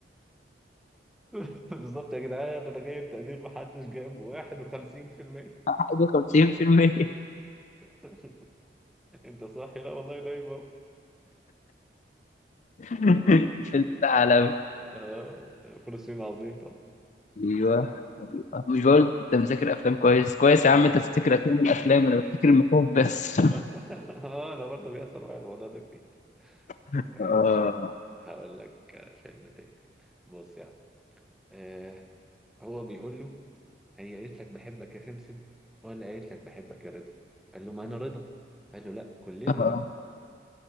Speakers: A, in the centre; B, on the left.
A: <laughs> بالظبط يا جدعان انا جايب تقدير محدش جايبه 51%
B: 51%
A: <laughs> انت صاحي لا والله نايم اهو
B: <laughs>
A: <laughs> آه،
B: الفيلم ده عالمي
A: آه، فلسطين عظيم طبعا
B: ايوه أيوة. مش بقول لك انت مذاكر افلام كويس كويس يا
A: <laughs>
B: عم انت تفتكر افلام الافلام انا بفتكر المخاوف بس
A: <laughs> اه انا برضه بيأثر معايا الموضوع ده كتير
B: <laughs>
A: ماشي
B: آه.
A: هقول لك آه، فيلم تاني بص يا عم آه هو بيقول له هي قالت لك بحبك يا سمسم ولا قالت لك بحبك يا رضا قال له ما انا رضا قال له لا كلنا
B: آه.
A: رضا